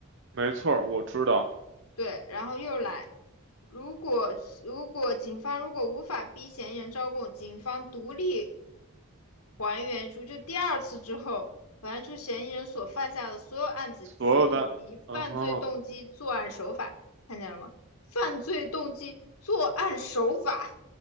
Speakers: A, on the right (about 55°); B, on the left (about 85°).
A: 没错儿，我知道。
B: 对，然后又来。如果如果警方如果无法逼嫌疑人招供，警方独立还原出就第二次之后，还原出嫌疑人所犯下的所有案子及以及犯罪动机、
A: 所有的，嗯哼，
B: 作案手法，看见了吗？犯罪动机、作案手法